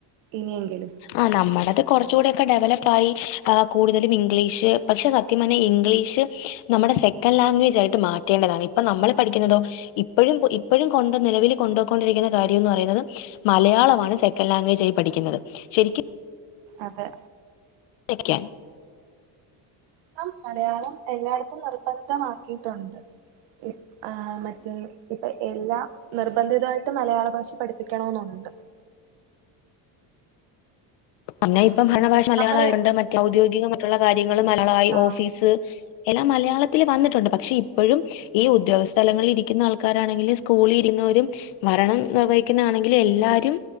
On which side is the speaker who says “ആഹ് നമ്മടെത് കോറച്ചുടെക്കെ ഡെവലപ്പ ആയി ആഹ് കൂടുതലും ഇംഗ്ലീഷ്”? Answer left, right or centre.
Left